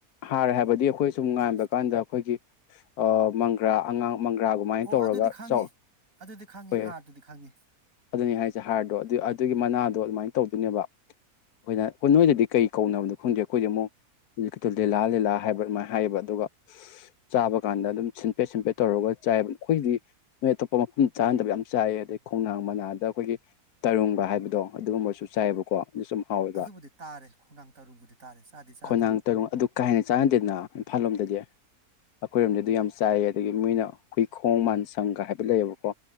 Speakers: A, on the left (about 80°); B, on the right (about 65°).
A: ꯍꯥꯔ
B: ꯑꯗꯨ
A: ꯍꯥꯏꯕꯗꯤ ꯑꯩꯈꯣꯏ ꯁꯨꯝ ꯉꯥꯟꯕ
B: ꯈꯪꯗꯦ
A: ꯀꯥꯟꯗ ꯑꯩꯈꯣꯏꯒꯤ ꯑ ꯃꯪꯒ꯭ꯔꯥ ꯑꯉꯥꯡ ꯃꯪꯒ꯭ꯔꯥꯒꯨꯃꯥꯏꯅ
B: ꯑꯣ
A: ꯇꯧꯔꯒ
B: ꯑꯗꯨꯗꯤ ꯈꯪꯉꯤ
A: ꯆꯥꯎ
B: ꯑꯗꯨꯗꯤ ꯈꯪꯉꯤ
A: ꯍꯣꯏꯍꯦ
B: ꯍꯥꯔꯗꯨꯗꯤ ꯈꯪꯉꯤ
A: ꯑꯗꯨꯅꯤ ꯍꯥꯏꯁꯦ ꯍꯥꯏꯔꯗꯣ
B: ꯎꯝ
A: ꯑꯗꯨ ꯑꯗꯨꯒꯤ ꯃꯅꯥꯗꯣ ꯑꯗꯨꯃꯥꯏꯅ ꯇꯧꯗꯣꯏꯅꯦꯕ ꯑꯩꯈꯣꯏꯅ ꯀ ꯅꯣꯏꯗꯗꯤ ꯀꯩ ꯀꯧꯅꯕꯅꯣ ꯈꯪꯗꯦ ꯑꯩꯈꯣꯏꯗꯤ ꯑꯃꯨꯛ ꯇꯨ ꯂꯤꯂꯥ ꯂꯤꯂꯥ ꯍꯥꯏꯕ ꯑꯗꯨꯃꯥꯏꯅ ꯍꯥꯏꯌꯦꯕ ꯑꯗꯨꯒ ꯆꯥꯕ ꯀꯥꯟꯗ ꯑꯗꯨꯝ ꯁꯤꯟ ꯄꯦꯠ ꯁꯤꯝꯄꯦꯠ ꯇꯧꯔꯒ ꯆꯥꯏꯌꯦꯕ ꯑꯩꯈꯣꯏꯒꯤꯗꯤ ꯅꯣꯏ ꯑꯇꯣꯞꯄ ꯃꯐꯝꯗ ꯆꯥꯅꯗꯕ ꯌꯥꯝ ꯆꯥꯏ ꯑꯗꯩ ꯈꯣꯡꯅꯥꯡ ꯃꯅꯥꯗ ꯑꯩꯈꯣꯏꯒꯤ ꯇꯔꯨꯡꯒ ꯍꯥꯏꯕꯗꯣ ꯑꯗꯨꯒꯨꯝꯕꯁꯨ ꯆꯥꯏꯌꯦꯕꯀꯣ ꯑꯗꯨꯁꯨ ꯌꯥꯝ ꯍꯥꯎꯋꯦꯕ
B: ꯑꯗꯨꯕꯨꯗꯤ ꯇꯥꯔꯦ ꯈꯣꯡꯅꯥꯡ ꯇꯔꯨꯡꯕꯨꯗꯤ ꯇꯥꯔꯦ ꯆꯥꯗꯤ ꯆꯥꯗ꯭ꯔꯤ
A: ꯈꯣꯡꯅꯥꯡ ꯇꯔꯨꯡ ꯑꯗꯨ ꯀꯥ ꯍꯦꯟꯅ ꯆꯥꯟꯅꯗꯦꯅ ꯏꯝꯐꯥꯜ ꯂꯣꯝꯗꯗꯤ ꯑꯩꯈꯣꯏꯔꯣꯝꯗ ꯑꯗꯨ ꯌꯥꯝ ꯆꯥꯏꯌꯦ ꯑꯗꯒꯤ ꯃꯣꯏꯅ ꯍꯨꯏꯈꯣꯡ ꯃꯥꯟꯁꯪꯒ ꯍꯥꯏꯕ ꯂꯩꯌꯦꯕꯀꯣ